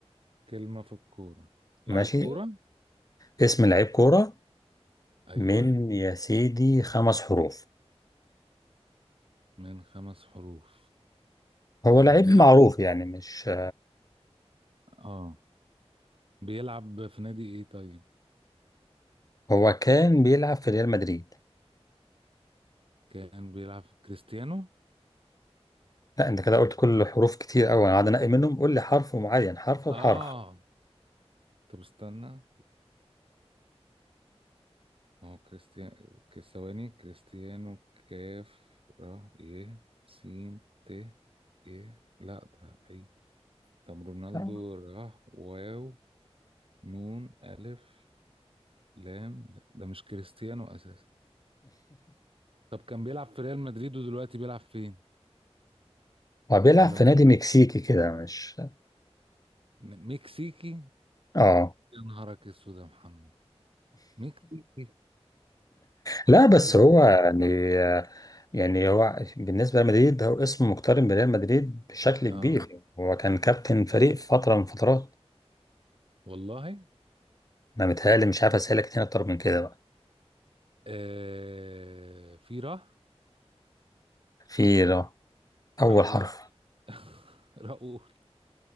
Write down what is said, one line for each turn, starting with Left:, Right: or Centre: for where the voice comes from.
Right: كلمة في الكورة
Left: ماشي
Right: لعيب كورة
Left: اسم لعيب كورة
Right: ايوه
Left: من يا سيدي خمس حروف
Right: من خمس حروف
Left: هو
Right: آه
Left: لعيب
Right: بيلعب
Left: معروف يعني مش
Right: اه بيلعب في نادي ايه طيب
Left: هو كان بيلعب في ريال مدريد
Right: كان بيلعب في كريستيانو
Left: لا انت كده قلت كل حروف كتير قوي انا قاعد انقي منهم قول لي حرف معين حرف بحرف
Right: اه طب استنى ما هو كريستيان ثواني كريستيانو كاف را ي سين ت ي لا ده بعيد طب رونالدو
Left: <laughs>
Right: را واو نون ألف لام ده, ده مش كريستيانو أساسا طب كان بيلعب في ريال مدريد ودلوقتي بيلعب فين؟
Left: هو بيلعب
Right: ولا
Left: في نادي مكسيكي كده مش
Right: م- مكسيكي
Left: اه
Right: يا نهارك اسود يا محمد مكسيكي
Left: لا بس
Right: يعني
Left: هو يعني يعني هو بالنسبه لمدريد هو اسمه مقترن بريال مدريد بشكل
Right: اه
Left: كبير هو كان كابتن فريق في فتره من فترات
Right: والله
Left: ما متهيألي مش عارف اسالك تاني اكتر من كده بقى
Right: آه في را
Left: في ر- اول
Right: راؤول
Left: حرف
Right: <laughs> راؤول